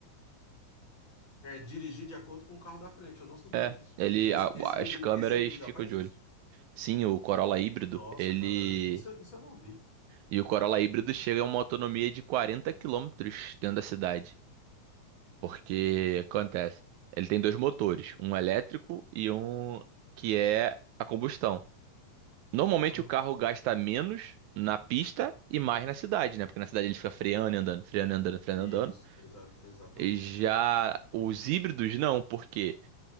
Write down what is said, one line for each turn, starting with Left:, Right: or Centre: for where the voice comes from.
Left: é, é, dirigir de acordo com o carro da frente. Eu não sabia
Right: É,
Left: disso.
Right: ele.
Left: Esse,
Right: a-
Left: esse
Right: as
Left: híbrido,
Right: câmeras
Left: esse híbrido
Right: ficam
Left: já faz
Right: de
Left: isso?
Right: olho. Sim, o Corolla híbrido,
Left: Nossa,
Right: ele.
Left: cara, isso, isso eu não vi.
Right: E o Corolla híbrido chega a uma autonomia de 40 quilômetros dentro da cidade. Porque acontece. Ele tem dois motores, um elétrico e um que é a combustão. Normalmente
Left: Aham.
Right: o carro gasta menos na pista e mais na cidade, né? Porque na cidade ele fica freando e andando, freando e andando, freando
Left: Isso,
Right: e andando.
Left: exa- exatamente.
Right: E já os híbridos não, porque